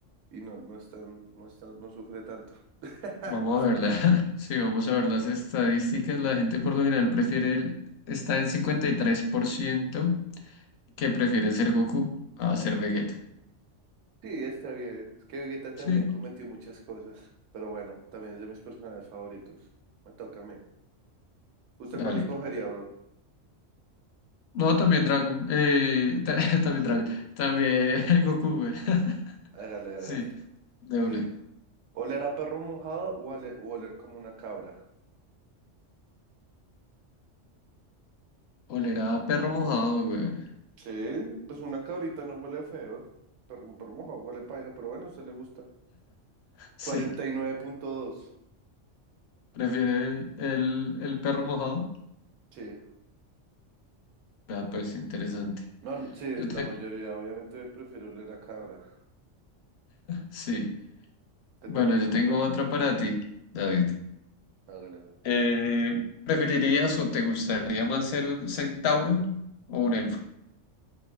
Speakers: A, on the right; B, on the left.
A: y no, no es tan, no es tan- no sufre tanto. <laughs>
B: vamos a verla. <laughs> Sí, vamos a ver las estadísticas. La gente por lo general prefiere el, está en 53% que prefieren ser Goku a ser Vegeta.
A: Sí, está bien. Es que Vegeta también
B: Sí,
A: cometió muchas cosas, pero bueno, también es de mis personajes favoritos. Me toca a mí. ¿Usted
B: dale.
A: cuál escogería, bro?
B: No, también Dragon, eh, ta- <laughs> también
A: <laughs>
B: Dragon, también <laughs> Goku, güey.
A: Hágale,
B: <laughs>
A: hágale.
B: Sí, de
A: Sí.
B: una.
A: ¿Oler a perro mojado o ale- o oler como una cabra?
B: Oler a perro mojado, güey. <laughs>
A: Sí, pues una cabrita no huele feo. Perro, un perro mojado huele paila, pero bueno, a usted le gusta.
B: Sí,
A: cuarenta y nueve punto dos
B: prefiere el, el perro mojado.
A: Sí.
B: Ah, pues interesante.
A: No, n- sí, es
B: Yo te-
A: la mayoría. Obviamente prefiero oler a cabra.
B: Sí.
A: Te
B: Bueno,
A: toca
B: yo
A: más,
B: tengo
A: bro.
B: otra para ti, David.
A: Hágale, bro.
B: Eh, ¿preferirías o te gustaría más ser un centauro o un elfo?